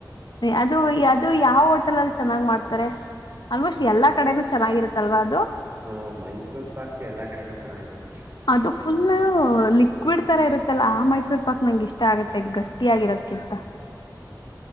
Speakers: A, on the left (about 80°); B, on the right (about 35°).
A: ಅದು ಅದು ಯಾವ ಹೋಟೆಲ್ ಅಲ್ಲಿ ಚೆನ್ನಾಗ್ ಮಾಡ್ತಾರೆ ಆಲ್ಮೋಸ್ಟ್ ಎಲ್ಲಾ ಕಡೆನೂ ಚೆನ್ನಾಗಿರುತ್ತಲ್ವಾ ಅದು
B: ಆ ಮೈಸೂರ್ ಪಾಕ್ ಎಲ್ಲಾ ಕಡೆನೂ ಚೆನ್ನಗಿರುತ್ತೆ.
A: ಅದು ಫುಲ್ ಲಿಕ್ವಿಡ್ ತರ ಇರುತ್ತಲ್ಲ ಆ ಮೈಸೂರ್ ಪಾಕ್ ನಂಗೆ ಇಷ್ಟ ಆಗತ್ತೆ ಗಟ್ಟಿ ಆಗಿರೋದಕಿಂತ.